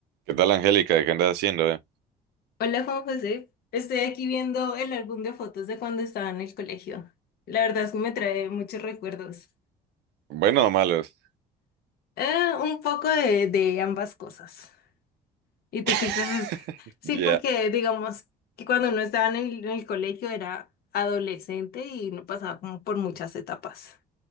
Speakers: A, on the right (about 80°); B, on the left (about 65°).
A: ¿Qué tal, Angélica? ¿Qué andas haciendo? eh?
B: Hola Juan José, estoy aquí viendo el álbum de fotos de cuando estaba en el colegio. La verdad es que me trae muchos recuerdos.
A: ¿Bueno o malos?
B: Eh, un poco de, de ambas cosas. ¿Y tú
A: <laughs>
B: qué estás? es- Sí, porque
A: Ya,
B: digamos que cuando uno estaba en el, en el colegio era adolescente y no pasaba como por muchas etapas.